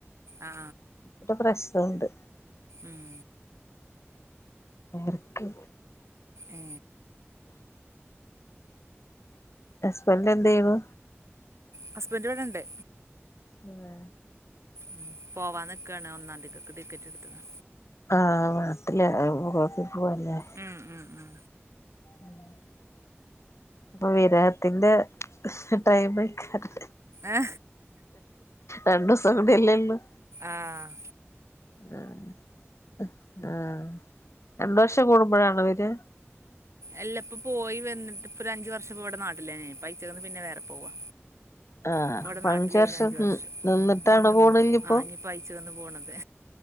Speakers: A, on the right; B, on the left.
A: ആ ആ
B: ഇപ്പൊ പ്രഷർ ഉണ്ട്
A: ഉം
B: എക്ക്
A: ഏ
B: ഹസ്ബന്റെന്തെയ്ണു
A: ഹസ്ബന്റ് ഇവിടുണ്ട്
B: അതെ
A: ഉം പോവാ നിക്കാണ് ഒന്നാം തീതിക്കൊക്കെ ടിക്കറ്റെട്ത്ത്ക്ക്ണ്
B: ആ നാട്ടില് ഗൾഫി പോവല്ലേ
A: മ് മ് മ്
B: ഉം ഇപ്പൊ വിരഹത്തിന്റെ ടൈമായിക്കാണ്
A: ഏ
B: രണ്ടുസം കൂടിയല്ലുള്ളൂ
A: ആഹ്
B: ആ ആ രണ്ട്വർഷം കൂടുമ്പഴാണ് വര്യ
A: എല്ലിപ്പൊ പോയി വന്നിട്ട്പ്പൊരഞ്ചു വർഷം ഇപ്പിവിടെ നാട്ടിലെന്നായി ഇപ്പയച്ചേതന്ന് പിന്നെ വേറെ പോവാ
B: ആഹ്
A: ഇപ്പ
B: ഇപ്പഞ്ച്
A: ഇവിടെ നാട്ടിലേനു
B: വർഷം
A: അഞ്ചു
B: നിന്നിട്ടാണ്
A: ഇവിടെ നിന്നു
B: പോണല്ലിപ്പൊ
A: ആ ഇനിയിപ്പ അയച്ചക്കന്ന് പോണത്